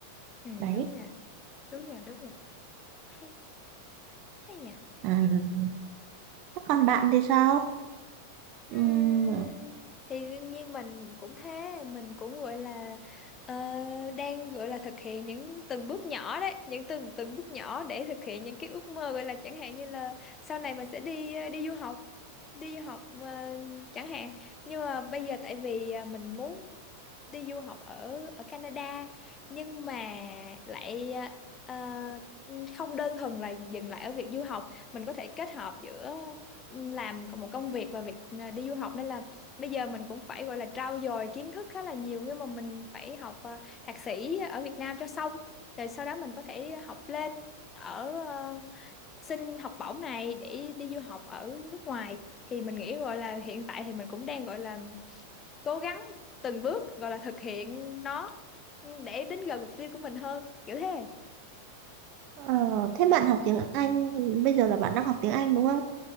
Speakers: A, on the left (about 25°); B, on the right (about 40°).
A: Ừ,
B: đấy
A: đúng nha. Đúng nha, đúng nha. Hay, hay nhỉ.
B: à, thế còn bạn thì sao
A: Ừm,
B: Ừm,
A: thì đương nhiên mình cũng thế mình cũng gọi là ờ, đang gọi là thực hiện những từng bước nhỏ đấy những từng từng bước nhỏ để thực hiện những cái ước mơ gọi là chẳng hạn như là sau này mình sẽ đi ờ, đi du học đi du học ờ, chẳng hạn nhưng mà bây giờ tại vì ờ, mình muốn đi du học ở ở Canada nhưng mà lại ờ, không đơn thuần là dừng lại ở việc du học mình có thể kết hợp giữa làm còn một công việc và việc à, đi du học nên là bây giờ mình cũng phải gọi là trau dồi kiến thức khá là nhiều nhưng mà mình phải học à, thạc sĩ ở Việt Nam cho xong rồi sau đó mình có thể học lên ở à, xin học bổng này để đi du học ở nước ngoài thì mình nghĩ gọi là hiện tại thì mình cũng đang gọi là cố gắng từng bước gọi là thực hiện nó để đến gần mục tiêu của mình hơn kiểu thế
B: ờ, thế bạn học tiếng Anh bây giờ là bạn đang học tiếng Anh đúng không?